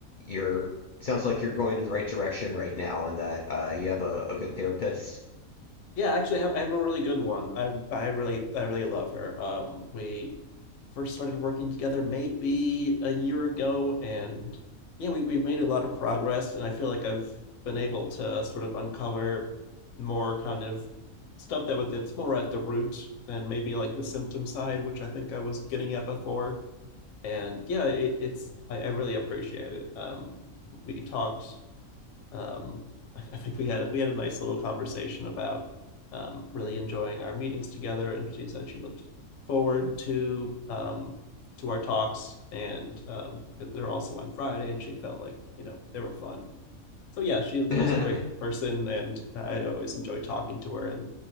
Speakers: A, on the left; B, on the left.
A: you're sounds like you're going in the right direction right now and that uh, you have a, a good therapist.
B: Yeah, actually, I have I have a really good one. I I really I really love her. Um, we first started working together maybe a year ago, and yeah, we we've made a lot of progress, and I feel like I've been able to sort of uncover more kind of stuff that would that's more at the root than maybe like the symptom side, which I think I was getting at before. And yeah, it, it's I, I really appreciate it. Um, we talked um, I think we had we had a nice little conversation about um, really enjoying our meetings together, and she said she looked forward to um, to our talks, and um, they're also on Friday, and she felt like you know they were fun so yeah, she
A: <laughs>
B: she's a great person, and I always enjoy talking to her. And